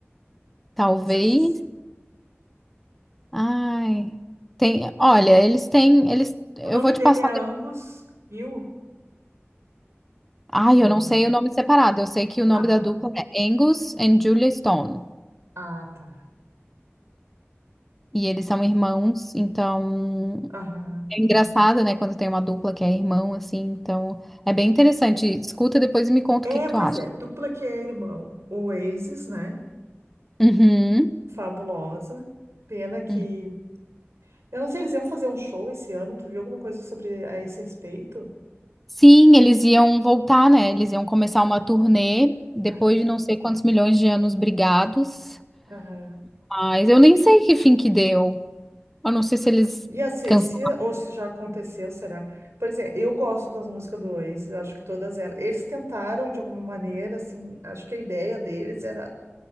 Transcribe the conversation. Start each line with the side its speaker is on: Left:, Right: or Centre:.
Centre: talvez.
Right: Não sei se.
Centre: Ai, tem, olha, eles têm, eles, eu
Right: O nome
Centre: vou
Right: dele
Centre: te passar.
Right: é Angus
Centre: de-
Right: Gill?
Centre: Ai,
Right: Não.
Centre: eu não sei o nome separado. Eu sei que o nome
Right: Ah,
Centre: da
Right: tá.
Centre: dupla é Angus and Julia Stone.
Right: Ah, tá.
Centre: E eles são irmãos, então.
Right: Aham.
Centre: É engraçado, né, quando tem uma dupla que é irmão, assim, então é bem interessante. Escuta depois e me conta
Right: É,
Centre: o que que tu
Right: pois
Centre: acha.
Right: é. Dupla que é irmão. Oasis, né?
Centre: Uhum.
Right: Fabulosa. Pena que.
Centre: Uhum.
Right: Eu não sei, eles iam fazer um show esse ano. Tu viu alguma coisa sobre a esse respeito?
Centre: Sim, eles iam voltar, né? Eles iam começar uma turnê depois
Right: Aham,
Centre: de não sei quantos milhões de anos brigados.
Right: aham.
Centre: Mas eu nem sei que fim que deu. Eu não sei se eles
Right: E a Cecília,
Centre: cansaram.
Right: ou se já aconteceu, será? Pois é, eu gosto das músicas do Oasis, acho que todas elas. Eles tentaram, de alguma maneira, assim, acho que a ideia deles era